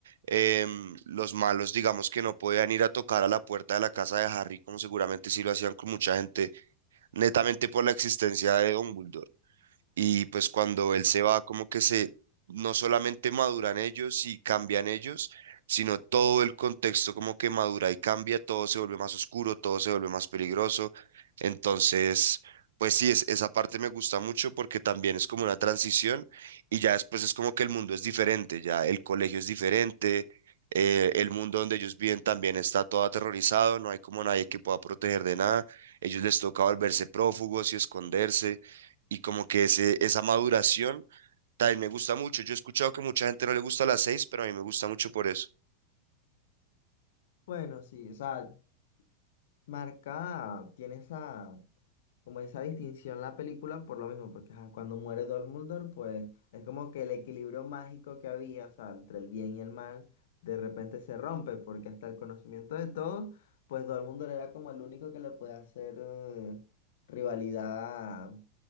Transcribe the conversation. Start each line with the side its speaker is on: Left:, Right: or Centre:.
Right: em, los malos digamos que no podían ir a tocar a la puerta de la casa de Harry como seguramente sí lo hacían con mucha gente, netamente por la existencia de Dumbledore. Y pues cuando él se va, como que se, no solamente maduran ellos y cambian ellos, sino todo el contexto como que madura y cambia, todo se vuelve más oscuro, todo se vuelve más peligroso. Entonces, pues sí, es, esa parte me gusta mucho porque también es como una transición y ya después es como que el mundo es diferente, ya el colegio es diferente, eh, el mundo donde ellos viven también está todo aterrorizado, no hay como nadie que pueda proteger de nada, ellos les toca volverse prófugos y esconderse y como que ese, esa maduración también me gusta mucho. Yo he escuchado que mucha gente no le gusta las seis pero a mí me gusta mucho por eso.
Left: Bueno, sí, o sea, marca, tiene esa, como esa distinción la película por lo mismo, porque ajá, cuando muere Dumbledore, pues es como que el equilibrio mágico que había, o sea, entre el bien y el mal, de repente se rompe, porque hasta el conocimiento de todos, pues Dumbledore era como el único que le puede hacer eh, rivalidad a,